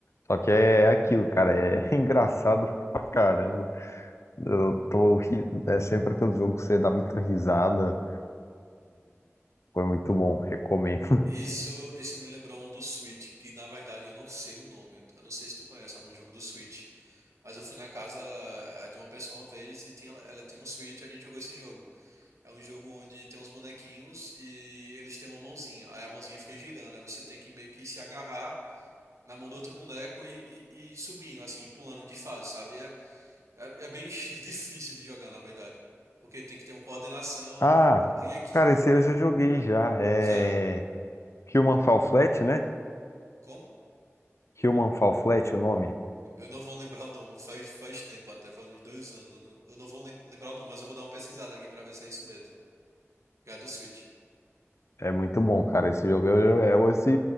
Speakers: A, on the left; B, on the right.
A: Só que é é aquilo, cara. É <laughs> engraçado pra caramba. Eu tô. ri- É sempre aquele jogo que você dá muita risada. Foi muito bom, recomendo.
B: Isso, isso me lembrou um do Switch, que na verdade eu não sei o nome. Eu não sei se tu conhece algum jogo do Switch. Mas eu fui na casa eh, de uma pessoa uma vez e tinha, ela tinha um Switch e a gente jogou esse jogo. É um jogo onde tem uns bonequinhos e eles têm uma mãozinha. Aí a mãozinha fica girando. Aí você tem que meio que se agarrar na mão do outro boneco e, e- e subindo, assim, pulando de fase, sabe? É, é, é bem <laughs> difícil de jogar, na verdade. Porque tem que ter uma coordenação
A: Ah,
B: em equipe.
A: cara, esse aí eu já joguei já. É
B: Já?
A: Human Fall Flat, né?
B: Como?
A: Human Fall Flat, o nome.
B: Eu não vou lembrar o nome. Faz, faz tempo, até faz uns dois anos. Eu não, eu não vou lem- lembrar o nome, mas eu vou dar uma pesquisada aqui pra ver se é isso mesmo. Que é do Switch.
A: É muito bom, cara. Esse jogo eu eu- Esse